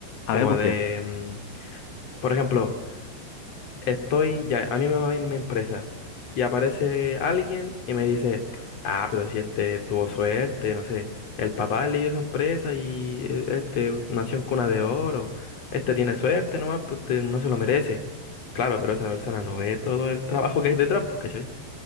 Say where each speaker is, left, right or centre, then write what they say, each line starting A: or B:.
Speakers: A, on the left; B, on the left.
A: A
B: Como
A: ver, ¿por
B: de,
A: qué?
B: mm, por ejemplo, estoy ya, a mí me va bien mi empresa y aparece alguien y me dice, ah, pero si este tuvo suerte, no sé, el papá le dio esa empresa y eh, este nació en cuna de oro, este tiene suerte nomás, pues este no se lo merece. Claro, pero esa persona no ve todo el trabajo que hay detrás, pues, ¿cachai?